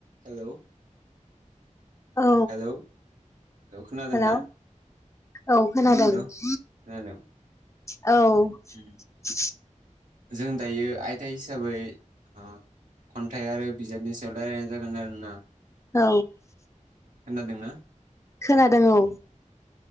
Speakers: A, on the right; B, on the left.
A: Hello
B: औ
A: hello औ खोनादोंना
B: हेलौ औ खोनादों
A: हेलौ
B: ।
A: खोनादों
B: औ
A: उम।
B: ।
A: जों दायो आयदा हिसाबै खन्थाइ आरो बिजाबनि सायाव रायलायनाय जागोन आरोना।
B: औ।
A: खोनादोंंना?
B: खोनादों औ